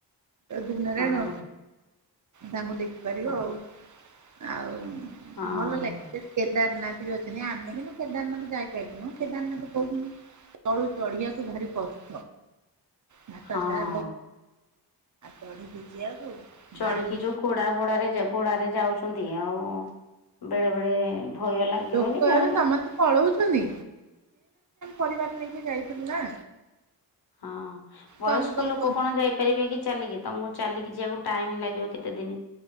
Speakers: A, on the right; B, on the left.
A: ଦିନାରାୟଣ
B: ହଁ
A: ତାଙ୍କୁ ଦେଖିପାରିବ
B: ହଁ
A: ଆଉ ଆଉ।
B: ହଁ
A: ଭଲ ଲାଗେ କେ କେ କେଦାରନାଥ ବି ଅଛନ୍ତି ଆମେ କିନ୍ତୁ କେଦାରନାଥ ଯାଇପାଇଲୁନି କେଦାରନାଥ କହୁଛନ୍ତି। ତଳୁ ଚଢିବାକୁୁ ଭାରି କଷ୍ଟ। ଭାତ
B: ହଁ
A: ସାରା <inaudible>
B: ଚଢିକି
A: ଭାରି
B: ଯୋଉ ଘୋଡା ଫୋଡାରେ ଘୋଡାରେ ଯାଉଛନ୍ତି ଆଉ। ବେଳେ ବେଳେ ଭୟ ଲାଗିବନି
A: ଲୋକ
B: ଯାହାହେଲେ
A: ଏବେ ସମସ୍ତେ ପଳଉଛନ୍ତି। ପରିବାର ନେଇକି ଯାଇଛନ୍ତି ନା।
B: ହଁ ବୟସ୍କ
A: କମ୍ କମ୍
B: ଲୋକ
A: କରି
B: କଣ ଯାଇପାରିବେ କି ଚାଲିକି। ତମକୁ ଚାଲିକି ଯିବାକୁ ଟାଇମ ଲାଗିବ କେତେ ଦିନ।